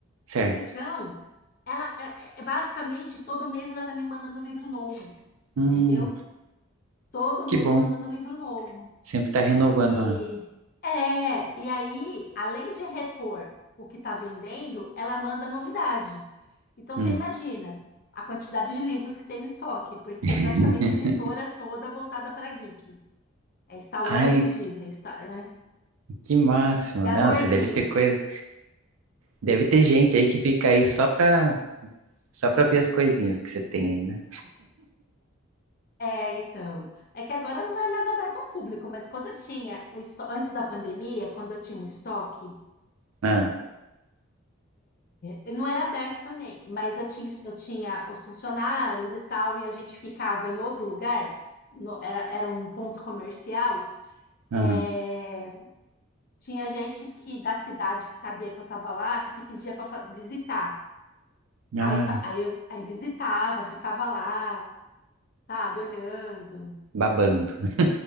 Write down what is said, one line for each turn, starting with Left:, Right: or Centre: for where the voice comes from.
Right: Certo.
Left: Então, ela é, é- é basicamente todo mês ela tá me mandando um livro novo,
Right: Hum,
Left: entendeu? Todo
Right: que
Left: mês
Right: bom.
Left: mandando um livro novo.
Right: Sempre tá renovando
Left: E
Right: a...
Left: é, e aí, além de repor o que tá vendendo, ela manda novidade. Então
Right: Hum.
Left: você imagina a quantidade de livros que tem no estoque, porque
Right: <laughs>
Left: é praticamente a editora toda voltada para geek. É Star
Right: Ai,
Left: Wars e Disney, Star, né?
Right: que máximo.
Left: E
Right: Não,
Left: Amorzinho,
Right: você deve ter coisa... Deve ter gente aí que fica aí só pra... Só pra ver as coisinhas que você tem aí, né?
Left: É, então. É que agora não é mais aberto ao público, mas quando eu tinha o esto- antes da pandemia, quando eu tinha o estoque,
Right: Ah,
Left: eh, não era aberto também, mas eu tinha, eu tinha os funcionários e tal, e a gente ficava em outro lugar, no- era, era um ponto comercial.
Right: ah,
Left: eh, tinha gente que da cidade que sabia que eu estava lá, que pedia para visitar. Aí,
Right: ah,
Left: fa- aí, eu- aí visitava, ficava lá, sabe, olhando.
Right: babando.